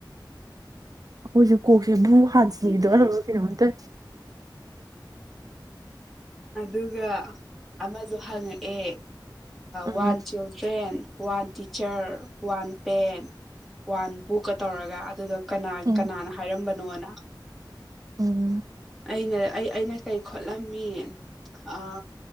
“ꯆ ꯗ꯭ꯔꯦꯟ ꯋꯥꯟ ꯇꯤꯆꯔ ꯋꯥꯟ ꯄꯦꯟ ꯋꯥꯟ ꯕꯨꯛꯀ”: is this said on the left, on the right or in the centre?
Centre